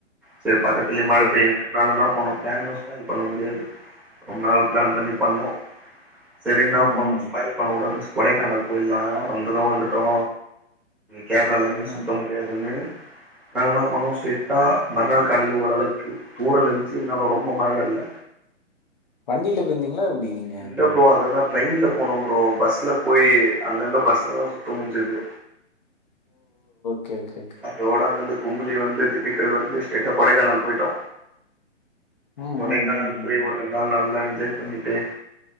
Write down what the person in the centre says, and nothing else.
செரி பக்கத்துலியு மழ
பெய்யு ரெண்டு நாளு என்ன பண்ணோ பிளானு ஸ்பாயில் பண்ண முடியாது ரொம்ப நாள் பிளான் பண்ணி பண்ணோ சேரி என்னா
பண்ணோ
ஸ்பாயில் பண்ண கூடாதுனு கொடைக்கானல் போய்ட்லா வந்தது வந்துட்டோ கேரளால அங்க
சுத்த முடியாதுன்னு நாங்க என்ன பண்னோ ஸ்டெயிட்டா மறுநாள் காலைல ஓர் அளவுக்கு தூரல் இருந்துச்சு இருந்தாலு ரொம்ப மழ இல்ல
இல்ல ஃப்ரோ அததா ட்ரெயின்ல போனோம் ஃப்ரோ பஸ்ல போயி அங்கங்க பஸ்லதா சுத்த முஞ்சுது
அதோட அங்க அந்து குமிழி வந்து திண்டுக்கல் வந்து ஸ்டெயிட்டா கொடைக்கானல் போயிட்டோ
கொடைக்கானல்
போய்
ஒரு ரெண் நாள் நல்லா என்ஜாய் பண்ணிட்டு